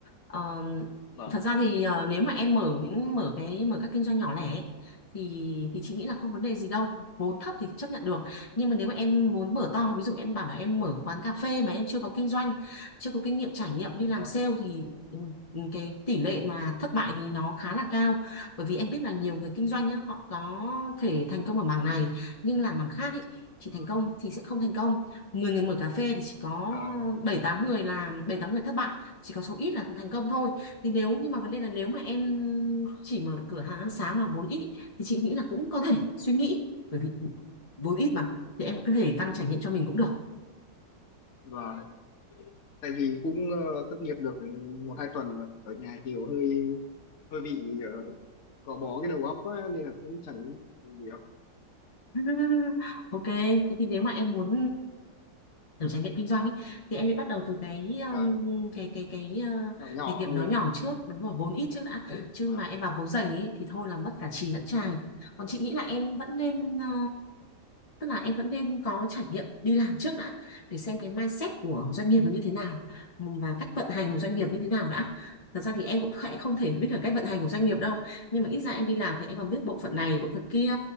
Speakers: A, on the left (about 30°); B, on the left (about 45°).
A: Ờ,
B: Vâng.
A: thật ra thì ờ, nếu mà em mở những mở cái mở các kinh doanh nhỏ lẻ ấy, thì thì chị nghĩ là không vấn đề gì đâu. Vốn thấp thì chấp nhận được. Nhưng mà nếu mà em muốn mở to, ví dụ em bảo là em mở quán cà phê mà em chưa có kinh doanh, chưa có kinh nghiệm trải nghiệm đi làm
B: Vâng.
A: sale thì ừ, ừ, cái tỷ lệ mà thất bại thì nó khá là cao. Bởi vì em biết là nhiều người kinh doanh nhá, họ có thể thành công ở mảng này nhưng làm mảng khác ấy, chỉ thành công thì sẽ không thành công 10 người mở cà phê thì chỉ có
B: À,
A: 7 8 người làm 7 8 người thất bại, chỉ có số ít là thành công thôi. Thì nếu nhưng mà vấn đề là nếu mà em chỉ mở được cửa hàng ăn sáng mà vốn ít thì chị nghĩ là cũng có thể suy nghĩ bởi vì vốn ít mà thì em cũng có thể tăng trải nghiệm cho mình cũng được.
B: vâng. Tại vì cũng ờ, thất nghiệp được một hai tuần rồi. Ở nhà kiểu hơi hơi bị ờ, gò bó cái đầu óc quá nên là cũng chẳng nghĩ gì nhiều.
A: <laughs> Ok, thế thì nếu mà em muốn kiểu trải nghiệm kinh doanh ý. thì em mới bắt đầu từ cái um,
B: Và
A: cái cái cái uh,
B: nhỏ nhỏ
A: nghề nghiệp
B: thôi
A: nó
B: đúng
A: nhỏ
B: không?
A: trước đúng rồi vốn ít trước đã
B: ạ?
A: chứ
B: Vâng.
A: mà em bảo vốn dày ý, thì thôi là mất cả chì lẫn chài còn chị nghĩ là em vẫn nên ờ, tức là em vẫn nên có trải nghiệm đi làm trước đã để xem cái mindset của doanh nghiệp nó như thế nào và cách vận hành của doanh nghiệp như thế nào đã thật ra thì em cũng khẽ không thể biết được cách vận hành của doanh nghiệp đâu nhưng mà ít ra em đi làm thì em còn biết bộ phận này bộ phận kia